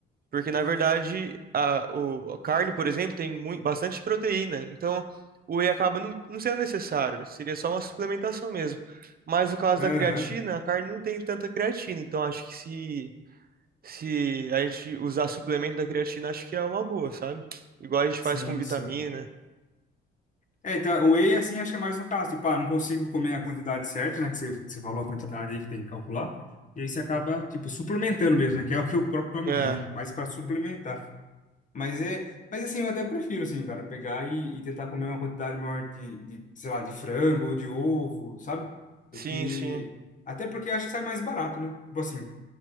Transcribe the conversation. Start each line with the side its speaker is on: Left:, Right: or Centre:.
Right: porque na verdade, a, o, a carne, por exemplo, tem muito, bastante proteína. Então, o whey acaba não, não sendo necessário. Seria só uma suplementação mesmo. Mas no caso
Left: Aham,
Right: da creatina, a carne não tem tanta creatina. Então, acho que se se a gente usar suplemento da creatina, acho que é uma boa, sabe? Igual a gente faz
Left: sim,
Right: com vitamina.
Left: sim. É, então, o whey, assim, acha mais no caso. Tipo, ah, não consigo comer a quantidade certa, né? Que você, você falou a quantidade aí que tem que calcular. E aí você acaba, tipo, suplementando mesmo, né? Que é o que o próprio nome
Right: É,
Left: diz, né? Mas para suplementar. Mas é, mas assim, eu até prefiro, assim, cara, pegar e, e tentar comer uma quantidade maior de, de, sei lá, de frango ou de ovo, sabe? Do
Right: sim,
Left: que.
Right: sim.
Left: Até porque eu acho que sai mais barato, né? Tipo assim,